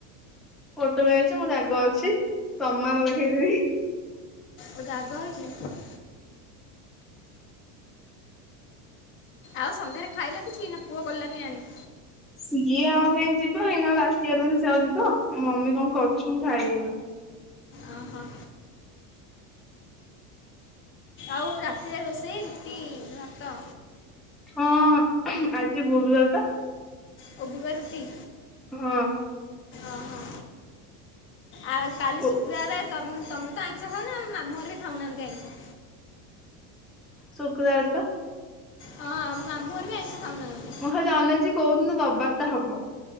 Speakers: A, in the centre; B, on the left (about 30°).
A: ଫୋଟୋକା ହେଇଚି ମୋର ଦାଗ ଅଛି ପ୍ରମାଣ ଦେଖେଇଦେବି।
B: ଓ ଦାଗ ହେଇଚି। ଆଉ ସନ୍ଧ୍ୟାରେ ଖାଇଲ କିଛି ନା ପୁଅ ଗଲାନି ଆଣି।
A: ସିଏ ଆଉ କାହିଁ ଯିବ ଏଇନା ରାତିି ହେଲାଣି ସିଏ ଆଉ ଯିବ ଆ ମମି କଣ କରୁଚି ମୁଁ ଖାଇଲିି ନା।
B: ଅଁ ହ। ଆଉ ରାତିରେ ରୋଷେଇ ରୁଟି ଭାତ।
A: ହଁ ଆଜି ଗୁରୁବାରରେ ପା।
B: ଓ ଗୁରୁଆର୍ ରୁଟି।
A: ହଁ।
B: ଅ ହ ଆ କାଲି
A: ଶୁ
B: ଶୁକ୍ରାଆରେ ତମେ ତମେ ତ ଆଇଁଷ ଖାଉନ ମାମୁଁ ଘର ବି ଖାଉନାହାନ୍ତି ଆଇଁଷ।
A: ଶୁକ୍ରଆର ପା।
B: ହଁ ଆମ ମାମୁଁ ଘର ବି ଆଇଁଷ ଖାଉନାହାନ୍ତି।
A: ମୁଁ ଖାଲି ଅନେଇଚି କୋଉଦିନ ରବାର ଟା ହବ।